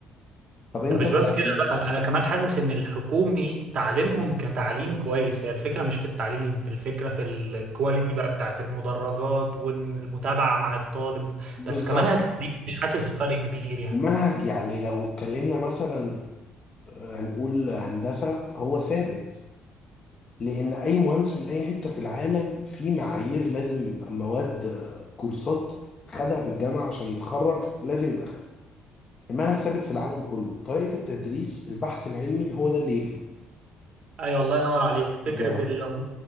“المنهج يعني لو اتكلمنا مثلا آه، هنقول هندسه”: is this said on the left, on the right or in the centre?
Left